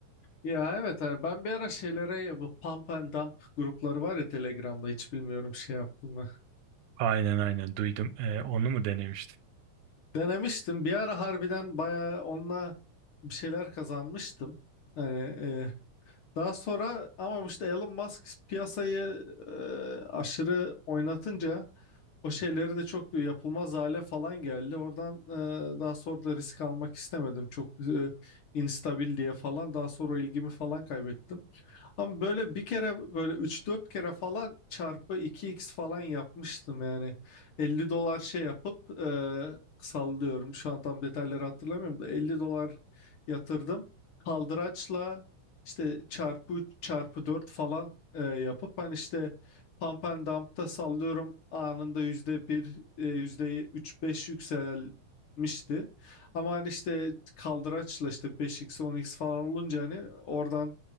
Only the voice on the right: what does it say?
<laughs> Aynen aynen duydum. E, onu mu denemiştin?